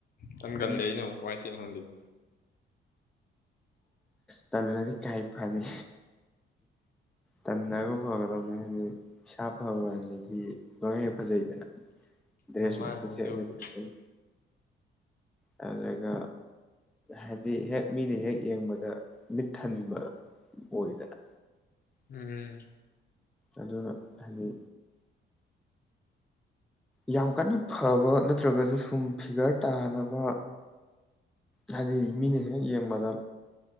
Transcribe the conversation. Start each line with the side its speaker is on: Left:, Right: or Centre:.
Left: ꯀꯟꯒꯜꯂꯦ
Centre: ꯎꯝ
Left: ꯑꯩꯅ ꯑꯃꯨꯛ ꯀꯃꯥꯏ ꯇꯅꯣ ꯈꯪꯗꯦꯣ
Centre: ꯇꯂꯗꯤ ꯀꯥꯏ ꯐꯅꯤ ꯇꯟꯅꯒ ꯐꯒꯗꯅꯦ ꯍꯥꯏꯗꯤ ꯁꯥ ꯐꯕ ꯍꯥꯏꯁꯤꯗꯤ ꯂꯣꯏ ꯍꯦꯛ ꯐꯖꯩꯗꯅ ꯗꯦꯁ
Left: ꯎꯝ ꯃꯥꯅꯦ
Centre: ꯃꯛꯇ ꯁꯦꯠꯂꯦ
Left: ꯑꯗꯨꯕꯨꯗꯤ
Centre: ꯐꯖꯩ ꯑꯗꯨꯒ ꯍꯥꯏꯗꯤ ꯍꯦꯛ ꯃꯤꯅ ꯍꯦꯛ ꯌꯦꯡꯕꯗ ꯗ ꯃꯤꯠꯊꯟꯕ ꯑꯣꯏꯗꯅ
Left: ꯎꯝ
Centre: ꯑꯗꯨꯅ ꯍꯥꯏꯗꯤ ꯌꯥꯝ ꯀꯟꯅ ꯐꯕ ꯅꯠꯇ꯭ꯔꯒꯁꯨ ꯁꯨꯝ ꯐꯤꯒꯔ ꯇꯥꯅꯕ ꯍꯥꯏꯗꯤ ꯃꯤꯅ ꯍꯦꯛ ꯌꯦꯡꯕꯗ